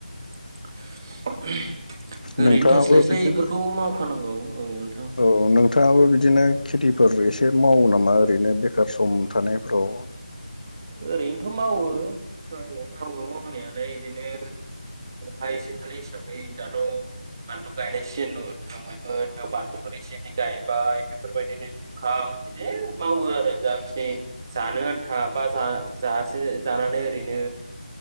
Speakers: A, on the right; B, on the left.
A: <inaudible> ओरैनो
B: नोंथाङाबो
A: थास्लायस्लाय
B: बिदिनो
A: बेफोरखौ मावखानांगौ औ नोंथां
B: औ नोंथाङाबो बिदिनो खेथिफोर एसे मावो नामा ओरैनो बेखार सम थानायफ्राव?
A: ओरैनोथ मावो ओ मावो मावनाया ओमफ्राय इदिनो हा एसे थानाय हिसाबै दाथ बानलु गायनाय सिजेन दं थांबायमोन बानलुफोर एसे एनै गायबाय बेफोर बायदिनो जुखाम इदिनो मावो आरो जाखिनि जानो आनथा बा जा-जासे जानानै ओरैनो